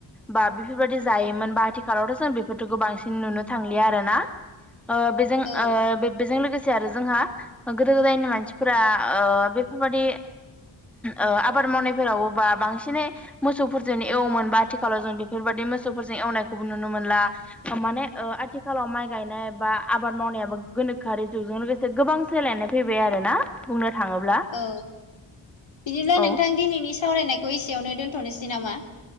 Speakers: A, in the centre; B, on the left (about 70°).
A: बा बेफोरबायदि जायोमोन बा आथिखालावथ' जों बेफोरफोरखौफोरखौ बांसिन नुनो थांलिया आरोना ओ बेजों
B: औ
A: ओ बेजों लोगोसे आरो जोंहा गोदो गोदायनि मानसिफोरा बेफोरबादि ओ आबाद मावनायफोराव बा बांसिनै मोसौफोरजों एवोमोनबा आथिखालाव जों बेफोरबाददि मोसौफोरजों एवनायखौबो नुनो मोनला माने ओ आथिखालाव माइ गायनाय बा आबाद मावनायाबो गोनोखोआरि जुगजों लोगोसे गोबां सोलायनाय फैबाय आरोना। बुंनो थाङोब्ला।
B: औ बिदिब्ला
A: औ
B: नोंथां दिनैनि सावरायनायखौ एसेयावनो दोनथ'नोसै नामा?